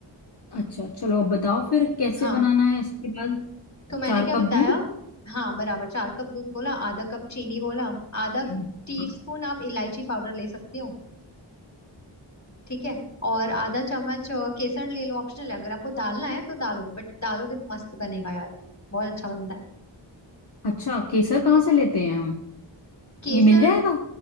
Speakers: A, on the left; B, on the left.
A: अच्छा चलो अब बताओ फिर कैसे
B: हाँ
A: बनाना है इसके बाद
B: तो मैंने
A: चार
B: क्या
A: कप
B: बताया
A: दूध
B: हाँ बराबर चार कप दूध बोला आधा कप चीनी बोला आधा
A: हम्म
B: टीस्पून आप इलायची पाउडर ले सकते हो ठीक है और आधा चम्मच अ, केसर ले लो ऑप्शनल है अगर आपको डालना है तो डालो बट डालोगे तो मस्त बनेगा यार बहुत अच्छा बनता है
A: अच्छा केसर कहाँ से लेते हैं हम
B: केसर
A: ये मिल जाएगा